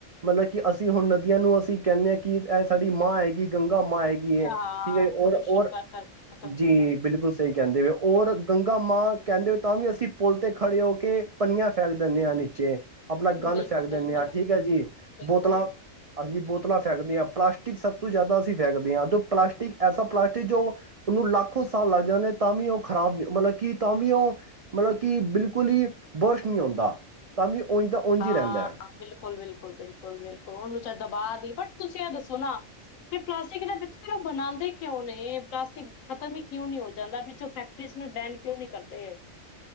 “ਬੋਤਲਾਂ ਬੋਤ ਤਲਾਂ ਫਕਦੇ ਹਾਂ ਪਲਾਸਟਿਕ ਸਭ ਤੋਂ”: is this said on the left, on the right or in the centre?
Right